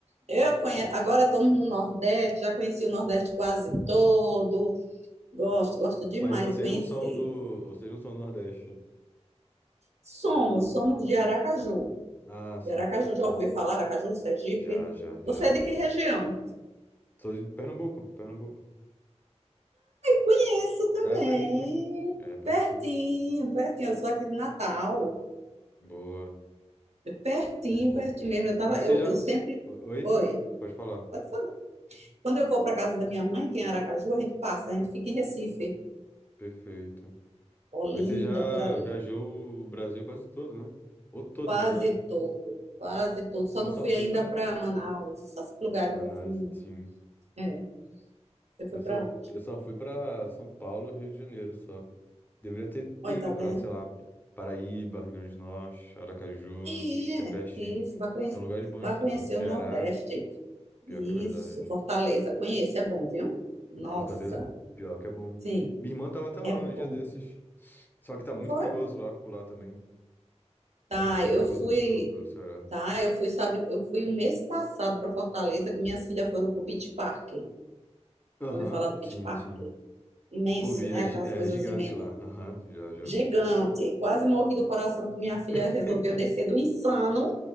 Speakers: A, on the right; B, on the left.
A: Eu conhe... Agora estamos no Nordeste, já conheci o Nordeste quase todo. Gosto, gosto demais
B: Mas vocês
A: de conhecer.
B: não são do, vocês não são do Nordeste.
A: Somos, somos de Aracaju.
B: Ah, sim,
A: De Aracaju,
B: perfeito.
A: já ouviu falar? Aracaju, Sergipe?
B: Já, já, já.
A: Você é de que região?
B: Sou de Pernambuco, Pernambuco.
A: conheço também.
B: É pertinho. É pertinho.
A: Pertinho, pertinho. Eu sou aqui de Natal.
B: Boa,
A: Pertinho,
B: boa.
A: pertinho mesmo. Eu tava,
B: Mas
A: eu,
B: você já.
A: eu sempre.
B: O- Oi?
A: Oi.
B: Pode falar.
A: Pode falar. Quando eu vou para casa da minha mãe, que é em Aracaju, a gente passa, a gente fica em Recife,
B: Perfeito.
A: Olinda,
B: Mas você já
A: por ali.
B: viajou o Brasil quase todo, né? Ou todo,
A: Quase
B: na verdade.
A: todo, quase todo. Só
B: Eu
A: não
B: só
A: fui
B: fui
A: ainda
B: pra
A: para Manaus, esses lugares
B: Manaus,
A: assim.
B: sim.
A: É, você
B: Eu
A: foi
B: só,
A: para onde?
B: eu só fui pra São Paulo, Rio de Janeiro, só. Deveria ter, ter
A: Olha,
B: ido
A: tá
B: pra,
A: vendo?
B: sei lá, Paraíba, Rio Grande do Norte, Aracaju,
A: É,
B: que é pertinho.
A: isso, vai conhecer,
B: São lugares bons
A: vai
B: também.
A: conhecer
B: Ceará,
A: o Nordeste.
B: pior
A: Isso,
B: que é verdade.
A: Fortaleza, conheço, é bom, viu? Nossa,
B: Fortaleza, pior que é bom.
A: sim,
B: Minha irmã tava até lá
A: é bom.
B: um dia desses. Só que tá muito
A: Foi?
B: perigoso lá, por lá também.
A: Tá,
B: Tá bastante
A: eu
B: perigoso
A: fui,
B: né, pelo, pelo Ceará.
A: tá, eu fui, sabe, eu fui o mês passado para Fortaleza, que minhas filhas foram pro Beach Park.
B: Aham,
A: ouviu falar do Beach
B: sim,
A: Park?
B: sim.
A: Imenso,
B: Ouvi,
A: né?
B: é, gi-
A: Aquelas
B: é
A: coisas
B: gigante
A: imensas.
B: lá. Aham, já, já
A: Gigante.
B: ouvi.
A: Quase morri do coração que minha filha
B: <laughs>
A: resolveu descer do insano,